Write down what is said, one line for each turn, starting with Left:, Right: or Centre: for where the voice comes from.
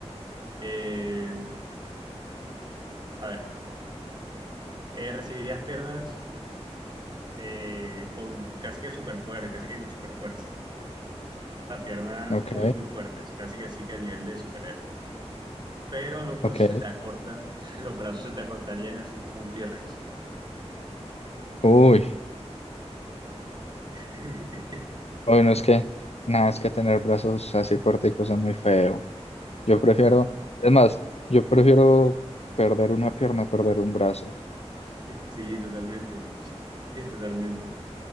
Right: Eh, a ver. eh, recibirías piernas eh, con casi que superpoder, casi que con superfuerza. O sea, piernas
Left: Ok,
Right: muy, muy fuertes, casi que así que a nivel de superhéroe. Pero los brazos
Left: ok.
Right: se te acortan, <laughs> los brazos se te acortarían así como un T-Rex.
Left: Uy,
Right: <laughs>
Left: bueno, es que nada, es que tener brazos así corticos es muy feo. Yo prefiero, es más, yo prefiero perder una pierna, a perder un brazo. O
Right: Sí, totalmente, totalmente.